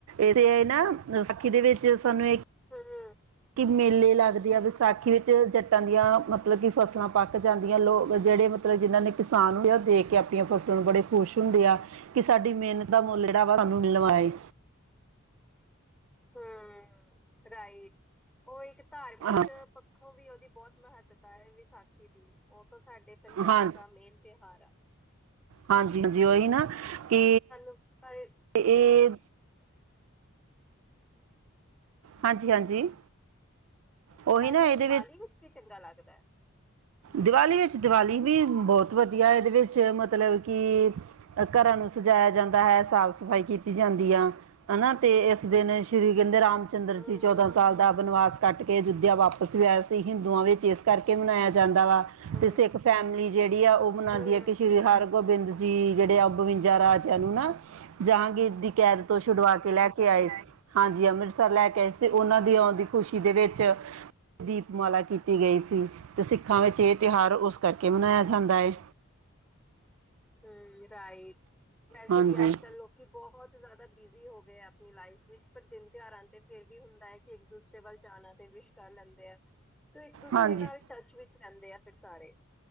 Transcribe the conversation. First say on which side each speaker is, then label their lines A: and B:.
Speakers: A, on the right; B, in the centre.
A: ਇਥੇ ਨਾ ਵਿਸਾਖੀ ਦੇ ਵਿੱਚ ਸਾਨੂੰ ਇਹ
B: ਹੂੰ
A: ਕਿ ਮੇਲੇ ਲੱਗਦੇ ਆ ਵਿਸਾਖੀ ਵਿੱਚ ਜੱਟਾਂ ਦੀਆਂ ਮਤਲਬ ਕਿ ਫਸਲਾਂ ਪੱਕ ਜਾਂਦੀਆਂ ਲੋਕ ਜਿਹੜੇ ਮਤਲਬ ਜਿਹਨਾਂ ਨੇ ਕਿਸਾਨ ਦੇਖ ਕੇ ਆਪਣੀਆਂ ਫਸਲਾਂ ਨੂੰ ਬੜੇ ਖੁਸ਼ ਹੁੰਦੇ ਆ ਕਿ ਸਾਡੀ ਮਿਹਨਤ ਦਾ ਮੁੱਲ ਜਿਹੜਾ ਵਾ ਸਾਨੂੰ ਮਿਲਣ ਵਾਲਾ ਹੀ।
B: ਹਾਂ ਰਾਈਟ ਉਹ ਇੱਕ ਧਾਰਮਿਕ
A: ਹਾਂ
B: ਪੱਖੋਂ ਵੀ ਉਹਦੀ ਬਹੁਤ ਮਹੱਤਤਾ ਹੈ ਵੀਖ ਉਹ ਤਾਂ ਸਾਡੇ ਪੰਜਾਬ
A: ਹਾਂ
B: ਦਾ ਮੇਨ ਤਿਉਹਾਰ ਆ
A: ਹਾਂਜੀ ਹਾਂਜੀ ਉਓਹੀ
B: ਹੂੰ
A: ਨਾ
B: ਤੁਹਾਨੂੰ
A: ਕਿ
B: ਪਰ
A: ਅਤੇ ਇਹ ਹਾਂਜੀ
B: ਹੂੰ
A: ਹਾਂਜੀ ਉਹੀ
B: ਤੁਹਾਨੂੰ
A: ਨਾ ਇਹਦੇ
B: ਦੀਵਾਲੀ ਵਿੱਚ ਕੀ ਚੰਗਾ ਲੱਗਦਾ ਹੈ
A: ਦੀਵਾਲੀ ਵਿੱਚ ਦੀਵਾਲੀ ਵੀ ਬਹੁਤ ਵਧੀਆ ਇਹਦੇ ਵਿੱਚ ਮਤਲਬ ਕਿ ਘਰਾਂ ਨੂੰ ਸਜਾਇਆ ਜਾਂਦਾ ਹੈ ਸਾਫ਼ ਸਫ਼ਾਈ ਕੀਤੀ ਜਾਂਦੀ ਆ ਹਨਾ ਤੇ ਇਸ ਦਿਨ ਸ਼੍ਰੀ ਕਹਿੰਦੇ ਰਾਮ ਰਾਮ ਚੰਦਰ
B: ਹੂੰ
A: ਜੀ ਚੌਦਾਂ ਸਾਲ ਦਾ ਬਨਵਾਸ ਕੱਟ ਕੇ ਅਯੁੋਧਿਆ ਵਾਪਸ ਵੀ ਆਇਆ ਸੀ ਹਿੰਦੂਆਂ ਵਿੱਚ ਇਸ ਕਰਕੇ ਮਨਾਇਆ ਜਾਂਦਾ ਵਾ
B: ਹੂੰ
A: ਤੇ ਸਿੱਖ ਫੈਮਿਲੀ ਜਿਹੜੀ ਆ ਉਹ ਮਨਾਉਂਦੀ
B: ਹੂੰ
A: ਆ ਕਿ ਸ਼੍ਰੀ ਹਰ ਗੋਬਿੰਦ ਜੀ ਜਿਹੜੇ ਆ ਬਵੰਜਾ ਰਾਜਿਆਂ ਨੂੰ ਨਾ ਜਹਾਂਗੀਰ ਦੀ ਕੈਦ ਤੋਂ ਛੁਡਵਾ ਕੇ ਲੈ ਕੇ ਆਏ ਸ ਹਾਂਜੀ ਅੰਮ੍ਰਿਤਸਰ ਲੈ ਕੇ ਆਏ ਸੀ ਤੇ ਉਹਨਾਂ
B: ਹੂੰ
A: ਦੀ ਆਉਂਦੀ ਖ਼ੁਸ਼ੀ ਦੇ ਵਿੱਚ ਦੀਪਮਾਲਾ ਕੀਤੀ ਗਈ ਸੀ ਅਤੇ ਸਿੱਖਾਂ ਵਿੱਚ ਇਹ ਤਿਉਹਾਰ ਉਸ ਕਰਕੇ ਮਨਾਇਆ ਜਾਂਦਾ ਹੈ
B: ਹੂੰਮ ਰਾਈਟ ਵੈਸੇ
A: ਹਾਂਜੀ
B: ਵੀ ਅੱਜ ਕੱਲ ਲੋਕੀ ਬਹੁਤ ਜ਼ਿਆਦਾ ਬਿਜ਼ੀ ਹੋ ਗਏ ਆਪਣੀ ਲਾਈਫ ਵਿੱਚ ਪਰ ਦਿਨ ਤਿਉਹਾਰਾਂ ਤੇ ਫੇਿਰ ਵੀ ਹੁੰਦਾ ਹੈ ਕਿ ਇੱਕ ਦੂਸਰੇ ਵੱਲ ਜਾਣਾ ਤੇ ਵਿਸ਼ ਕਰ ਲੈਂਦੇ ਆ ਇੱਕ ਦੂਸਰੇ
A: ਹਾਂਜੀ
B: ਨਾਲ ਟੱਚ ਵਿੱਚ ਰਹਿੰਦੇ ਆ ਫਿਰ ਸਾਰੇ